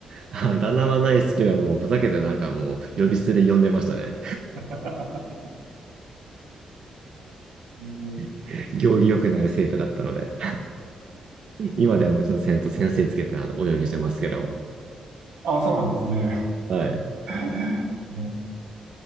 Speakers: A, on the right; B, on the right.
A: あだ名はないですけども、ふざけてなんかもう呼び捨てで呼んでましたね。
B: <laughs> うん、
A: <laughs> 行儀良くない生徒だったので、今ではもちろん先生先生つけてあのお呼びしてますけど、
B: <laughs> あ、そうなんですね。
A: はい。
B: <laughs> うん